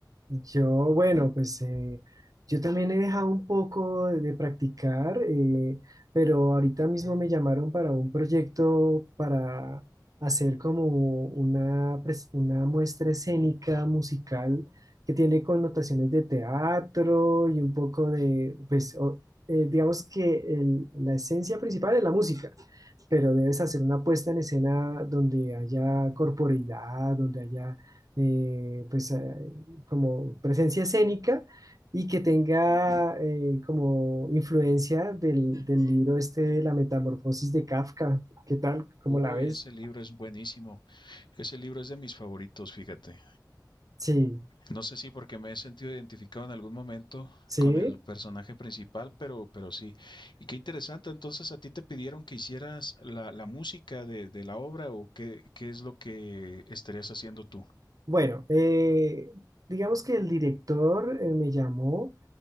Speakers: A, on the right; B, on the left.
A: yo, bueno, pues eh, yo también he dejado un poco de, de practicar, eh, pero ahorita mismo me llamaron para un proyecto para hacer como una, pres- una muestra escénica musical que tiene connotaciones de teatro y un poco de, pues, o- eh, digamos que el- la esencia principal es la música. pero debes hacer una puesta en escena donde haya corporeidad, donde haya eh, pues eh, como presencia escénica y que tenga eh, como influencia del, del libro este de La Metamorfosis de Kafka. ¿Qué tal? ¿Cómo
B: Uy,
A: la ves?
B: ese libro es buenísimo. Ese libro es de mis favoritos, fíjate.
A: Sí,
B: No sé si porque me he sentido identificado en algún momento
A: sí.
B: con el personaje principal, pero, pero sí. Y qué interesante, entonces a ti te pidieron que hicieras la, la música de, de la obra o qué, qué es lo que estarías haciendo tú.
A: Bueno, eh, digamos que el director eh, me llamó